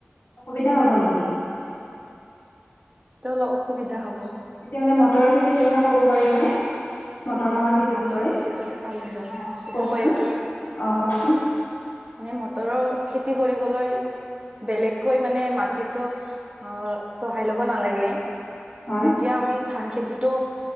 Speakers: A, on the left (about 60°); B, on the right (about 25°).
A: অসুবিধা হ'ব নেকি?
B: টো হ'লে অসুবিধা হ'ব।
A: তেতিয়া হ'লে মটৰৰ খেতিৰ বিষয়ে ক'ব পাৰিবনে? মটৰ
B: হয়
A: মাহৰ খেতিৰ
B: মটৰ
A: বিষয়ে,
B: খেতিটো পাৰিম দিয়ক
A: অ'
B: এইটো
A: কওঁকচোন,
B: কৈ আছো
A: অ' কওঁকচোন।
B: মানে মটৰৰ খেতি কৰিবলৈ। বেলেগকৈ মানে মাটিতো অ' চহায় ল'ব নালাগে।
A: হয়
B: যেতিয়া আমি ধান খেতিটো